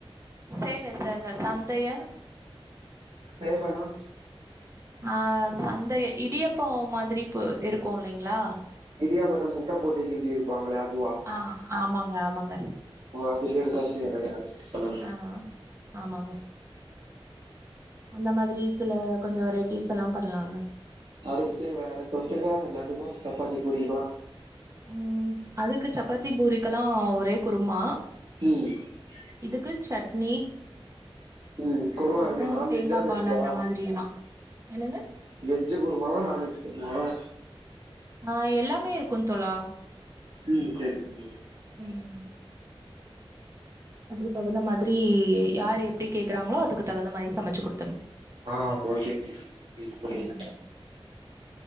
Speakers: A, on the right; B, on the right.
A: சேவ சேவ சந்தையா
B: சேவனா
A: ஆ சந்தை இடியப்போ மாதிரி பு இருக்கு இல்லைங்ளா
B: இடியாபத்த முட்ட போட்டு கிண்டி இருப்பாங்களே அதுவா
A: ஆ ஆமாங்க ஆமாங்க
B: ஓ அது பேரு தா சேவையா சரி சொல்லுங்க சரி
A: ஆ ஆமாங்க அந்த மாதிரி சில கொஞ்சோ வெரைட்டிஸ் எல்லா பண்ணலாங்க
B: அடுத்து வேற தொட்டுக்க எல்லாத்துக்கு சப்பாத்தி பூரிலா
A: ம் அதுக்கு சப்பாத்தி பூரிக்கெல்லா ஒரே குருமா
B: ம்
A: இதுக்கு சட்னி
B: ம் குருமா
A: அப்புறோ
B: எப்டி நான்வெஜ்ஜா
A: தேங்காப்பால்
B: வெஜ்ஜா
A: அந்த மாதிரியெல்லா என்னங்க
B: வெஜ்ஜு குருமாவா நான் வெஜ் குருமாவா
A: ஆ எல்லாமே இருக்கு தோழா
B: ம் சேரி <inaudible>
A: ம் அதுக்கு தகுந்த மாதிரி யாரு எப்டி கேக்குறாங்களோ அதுக்குத் தகுந்த மாரி சமைச்சு குடுத்தடணு
B: ஆ ஓகேங்க புரியுது புரியுது
A: ம்